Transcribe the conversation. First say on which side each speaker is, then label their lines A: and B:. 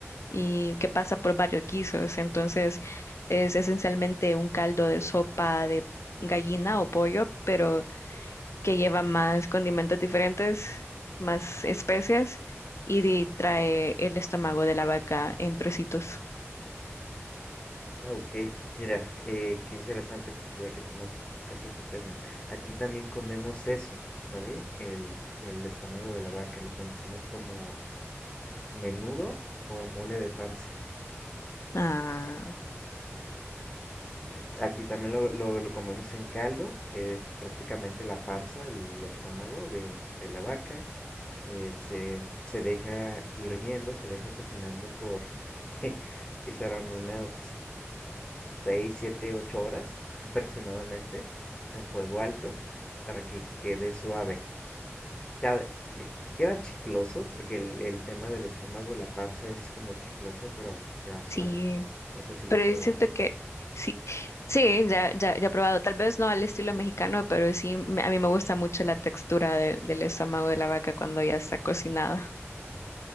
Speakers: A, on the left; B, on the left.
A: y que pasa por varios guisos. Entonces es esencialmente un caldo de sopa de gallina o pollo, pero que lleva más condimentos diferentes, más especias y di- trae el estómago de la vaca en trocitos.
B: Ah, Ok, mira, eh, qué interesante ya que tomas tocas ese tema. Aquí también comemos eso, ¿vale? El, el estómago de la vaca, lo conocemos como menudo o mole de panza.
A: Ah,
B: Eh, Aquí también lo, lo, lo comemos en caldo, es prácticamente la panza, el estómago de, de la vaca. eh, se, se deja hirviendo, se deja cocinando por, <laughs> que serán unas seis, siete, ocho horas <laughs> aproximadamente a fuego alto para que quede suave. Ya, que- Queda chicloso porque el, el tema del estómago, la panza es como chiclosa, pero queda suave.
A: sí,
B: No sé si lo
A: pero
B: has probado.
A: yo siento que sí, sí, ya, ya, ya he probado, tal vez no al estilo mexicano, pero sí, me- a mí me gusta mucho la textura de- del estómago de la vaca cuando ya está cocinada.